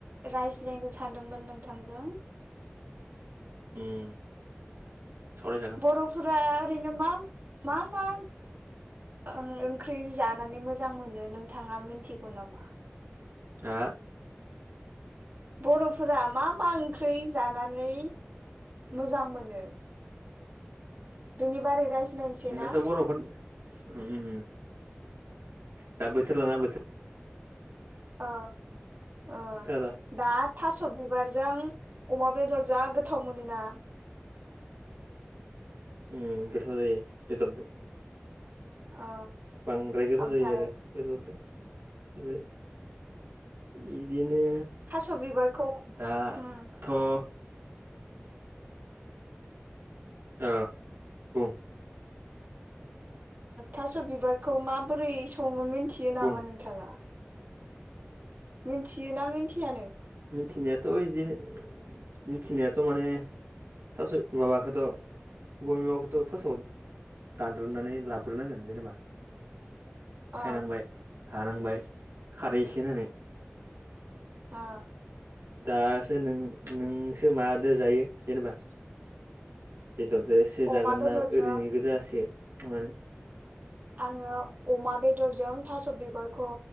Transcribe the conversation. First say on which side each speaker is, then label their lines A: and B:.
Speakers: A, on the right; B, on the right.
A: रायज्लायनो सानदोंमोन नोंथांजों। <inaudible>
B: उम सावरायजागोन
A: बर'फोरा ओरैनो मा मा मा ओ ओंख्रि जानानै मोजां मोनो नोंथाङा मिन्थिगौ नामा?
B: आ
A: बर'फोरा मा मा ओंख्रि जानानै मोजां मोनो? बेनि बारै रायज्लायनोसै ना?
B: दाथ'
A: <inaudible>
B: बर'फोरनि उम दा बोथोर लाना बोथो
A: ओ ओ
B: खोनादों
A: दा थास' बिबारजों अमा बेदर जा गोथाव मोनोना?
B: उम गोथाव जायो बेदरजों
A: अ
B: बांद्राय गोथाव
A: ओमफ्राय
B: जायो आरो बेदरदो। <unintelligible> इदिनो
A: थास' बिबारखौ
B: दा
A: उम
B: थ ओ बुं
A: थास' बिबारखौ माबोरै सङो मिथियो
B: बुं
A: नामा नोंथाङा? मिथियोना मिथिया नों?
B: मिथिनायाथ इदिनो मिथिनायाथ माने थास माबाखोथ <unintelligible> दानद्रोमनानै लाबग्रोनांगोन जेनेबा
A: अ
B: सायनांबाय हानांबाय खारै एसे होनानै
A: आ
B: दासो नों नोंसो मादो जायो जेनेबा? बेदरदोसो
A: अमा
B: जागोन
A: बेदरजों
B: ना ओरैनो गोजासो संनानै
A: आङो अमा बेदरजों थास' बिबरखौ